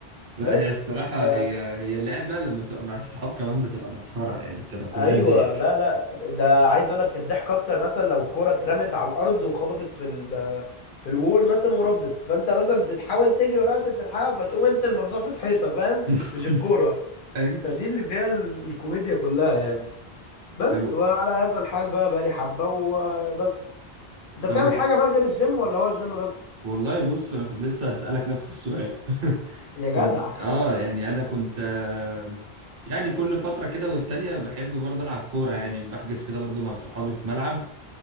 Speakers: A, on the right; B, on the left.
A: لا
B: بس
A: هي الصراحة
B: ف...
A: هي هي لعبة لما بتبقى مع الصحاب كمان بتبقى مسخرة يعني بتبقى كلها
B: ايوه
A: ضحك
B: لا لا ده عايز اقول لك الضحك اكتر مثلا لو الكوره اترمت على الارض وخبطت في ال في الوول مثلا وردت فانت مثلا بتحاول تجري وراها عشان تلحقها فتقوم انت المرزوع في الحيطه فاهم
A: <laughs>
B: مش الكوره
A: أيوة
B: فدي اللي فيها ال- الكوميديا كلها يعني بس
A: طب
B: وعلى هذا الحال بقى بقى لي حبة وبس انت
A: طب
B: بتعمل
A: وب-
B: حاجة بقى غير الجيم ولا هو الجيم بس
A: والله بص أنا كنت لسه هسألك نفس السؤال <laughs>
B: يا
A: كنت
B: جدع <laughs>
A: آه يعني أنا كنت آه، يعني كل فترة كده والتانية بحب برضه ألعب كورة يعني بحجز كده برضه مع صحابي في ملعب